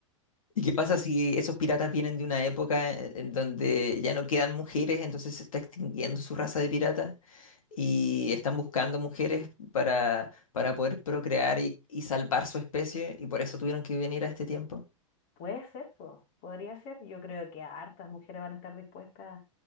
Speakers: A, on the left; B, on the left.
A: ¿Y qué pasa si esos piratas vienen de una época en en donde ya no quedan mujeres, entonces se está extinguiendo su raza de piratas? y están buscando mujeres para, para poder procrear y, y salvar su especie, y por eso tuvieron que venir a este tiempo.
B: Puede ser, po. Podría ser. Yo creo que hartas mujeres van a estar dispuestas